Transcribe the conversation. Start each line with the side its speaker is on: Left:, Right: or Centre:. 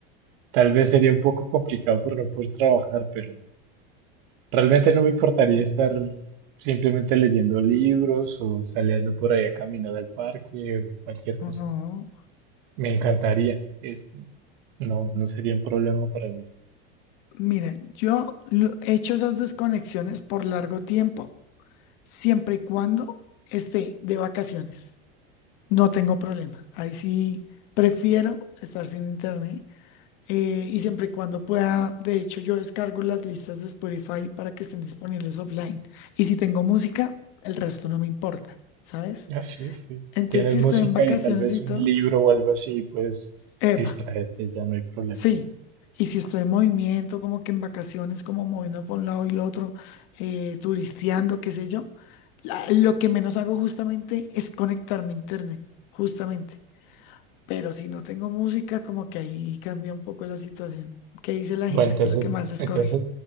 Right: Tal vez sería un poco complicado por no poder trabajar, pero Realmente no me importaría estar simplemente leyendo libros o saliendo por ahí a caminar al parque o cualquier cosa.
Left: Ujú.
Right: Me encantaría. Es, no, no sería un problema para mí.
Left: Mira, yo lo- he hecho esas desconexiones por largo tiempo, siempre y cuando esté de vacaciones. No tengo problema. Ahí sí prefiero estar sin internet. eh, y siempre y cuando pueda, de hecho, yo descargo las listas de Spotify para que estén disponibles offline. Y si tengo música, el resto no me importa, ¿sabes?
Right: Ah, sí, sí.
Left: Entonces,
Right: Tienes
Left: si
Right: música
Left: estoy en vacaciones
Right: y tal vez
Left: y
Right: un
Left: todo,
Right: libro o algo así, pues
Left: epa,
Right: distraerte, ya no hay problema.
Left: Sí, y si estoy en movimiento, como que en vacaciones, como moviendo por un lado y el otro, eh, turisteando, qué sé yo, la- lo que menos hago justamente es conectarme a internet, justamente. Pero si no tengo música, como que ahí cambia un poco la situación. ¿Qué dice la
Right: Bueno,
Left: gente?
Right: entonces,
Left: ¿Qué es lo que más escoge?
Right: entonces,